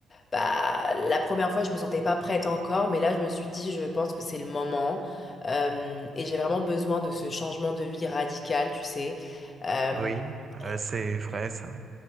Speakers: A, on the left; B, on the right.
A: Bah, la première fois, je me sentais pas prête encore, mais là, je me suis dit, je pense que c'est le moment. Euh, et j'ai vraiment besoin de ce changement de vie radical, tu sais. Euh,
B: Oui, euh,
A: et
B: c'est vrai ça.